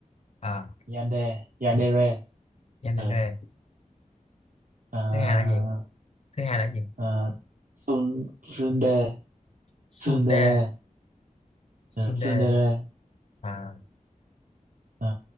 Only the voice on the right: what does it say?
Yande Yandere
ừ. à,
ờ Tsun Tsunde
Tsundere
ừ. Tsundere
à,